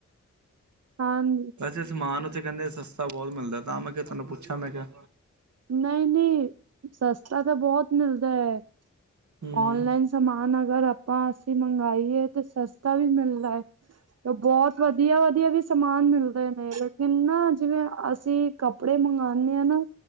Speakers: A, on the right (about 60°); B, on the right (about 75°).
A: ਹਾਂਜੀ
B: ੇ ਸਮਾਨ ਉੱਥੇ ਕਹਿੰਦੇ ਸਸਤਾ ਬਹੁਤ ਮਿਲਦਾ ਤਾਂ ਮੈਂ ਕਿਹਾ ਤੁਹਾਨੂੰ ਪੁੱਛਿਆ ਮੈਂ ਕਿਹਾ।
A: ਨਹੀਂ ਨਹੀਂ ਸਸਤਾ ਤਾਂ ਬਹੁਤ ਮਿਲਦਾ ਹੈ
B: ਹੂੰ
A: ਔਨਲਾਈਨ
B: ਹੂੰ
A: ਸਮਾਨ ਅਗਰ ਆਪਾਂ ਅਸੀਂ ਮੰਗਾਈਏ ਤੇ ਸਸਤਾ ਵੀ ਮਿਲਦਾ ਹੈ ਤੇ ਬਹੁਤ ਵਧੀਆ ਵਧੀਆ ਵੀ ਸਮਾਨ ਮਿਲਦੇ ਨੇ ਲੇਕਿਨ ਨਾ ਜਿਵੇਂ ਅਸੀਂ ਕੱਪੜੇ ਮੰਗਵਾਉਂਦੇ ਹਾਂ ਨਾ